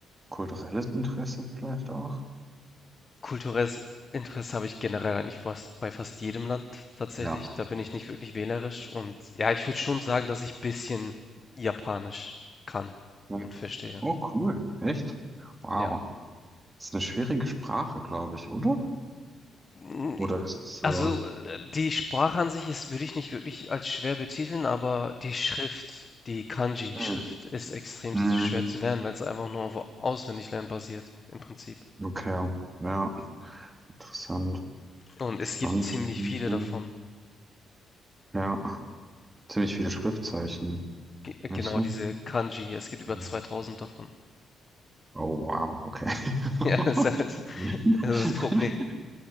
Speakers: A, on the right; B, on the left.
A: kulturelles Interesse vielleicht auch?
B: Kulturelles Interesse habe ich generell eigentlich fast bei fast jedem Land tatsächlich.
A: Ja.
B: Da bin ich nicht wirklich wählerisch. Und ja, ich würde schon sagen, dass ich ein bisschen Japanisch kann
A: Ja.
B: und verstehe.
A: Oh, cool. Echt? Wow.
B: Ja.
A: ist eine schwierige Sprache, glaube ich, oder?
B: Mm,
A: Oder ist es so?
B: Also äh, die Sprache an sich ist, würde ich nicht wirklich als schwer betiteln, aber die Schrift, die Kanji-Schrift
A: Hm.
B: ist extrem
A: Hm.
B: schwer zu lernen, weil es einfach nur auf Auswendiglernen basiert, im Prinzip.
A: Okay. Ja, interessant.
B: Und es
A: Spannend
B: gibt ziemlich
A: auf jeden
B: viele
A: Fall.
B: davon.
A: Ja, ziemlich viele Schriftzeichen,
B: Ge-
A: meinst
B: Genau
A: du?
B: diese Kanji, es gibt über
A: Mhm.
B: 2000 davon.
A: Oh, wow, okay. <laughs>
B: <laughs> Ja, es ist halt Das ist das Problem.